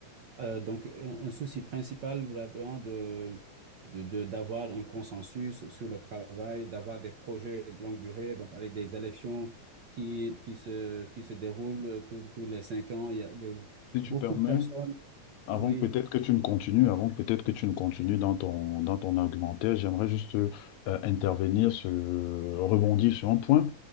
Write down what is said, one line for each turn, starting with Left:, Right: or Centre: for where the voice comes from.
Right: euh, donc, un, un souci principal vraiment de, de, de- d'avoir un consensus sur le travail, d'avoir des projets de longue durée, donc avec des élections qui, qui se, qui se déroulent tous tous les cinq ans. Il y a les-
Left: Si tu
Right: beaucoup
Left: permets,
Right: de personnes.
Left: Avant
Right: Oui,
Left: que peut-être que tu ne continues, avant que peut-être que tu ne continues dans ton, dans ton argumentaire, j'aimerais juste euh, intervenir, sur, euh, rebondir sur un point.